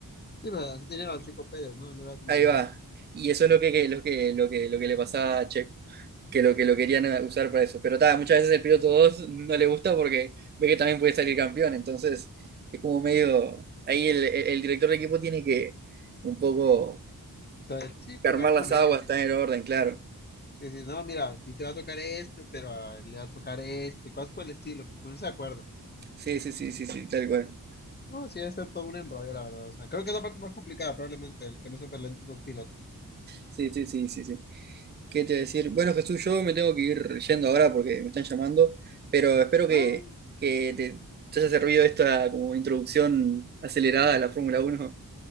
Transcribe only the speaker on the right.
Ahí
va. Y eso es lo que, que- lo que, lo que, lo que le pasaba a Checo. que lo que lo querían usar para eso. Pero ta, muchas veces el piloto 2 no le gusta porque ve que también puede salir campeón. Entonces es como medio. Ahí el, el- el director de equipo tiene que un poco
calmar
las
aguas,
estar
en orden, claro.
Sí, sí, sí, sí, sí, tal cual.
Sí, sí, sí, sí, sí. ¿Qué te voy a decir? Bueno, Jesús, yo me tengo que ir yendo ahora porque me están llamando, pero espero que,
que te, te haya servido esta como introducción acelerada a la Fórmula Uno.